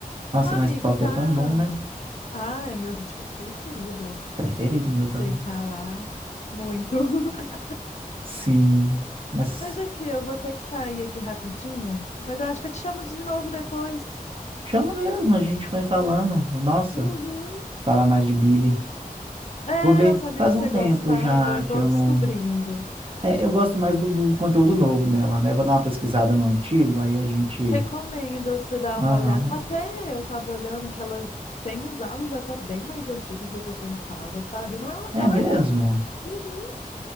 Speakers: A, on the right (about 35°); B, on the left (about 50°).
A: nossa,
B: O amigo
A: mas pop
B: tá.
A: é tão bom, né?
B: Ah, é meu ritmo preferido. Eu
A: Preferido meu
B: sei
A: também.
B: falar muito. <laughs>
A: Sim, mas
B: Mas é que eu vou ter que sair aqui rapidinho. Mas eu acho que eu te chamo de novo depois.
A: chama mesmo, a gente vai falando. Nossa,
B: Uhum.
A: falar mais de Billy.
B: É,
A: Vou ver,
B: eu sabia
A: faz
B: que você
A: um tempo
B: gostava.
A: já
B: Eu
A: que
B: tô
A: eu
B: descobrindo.
A: não. É, eu gosto mais do, do conteúdo novo dela, né? Eu vou dar uma pesquisada no antigo, aí a gente.
B: Recomendo você dar
A: Aham.
B: uma olhada. Até eu tava olhando que ela tem uns álbuns até bem mais antigos do que eu pensava, sabe? Não é,
A: É
B: não
A: mesmo?
B: é ruim. Uhum.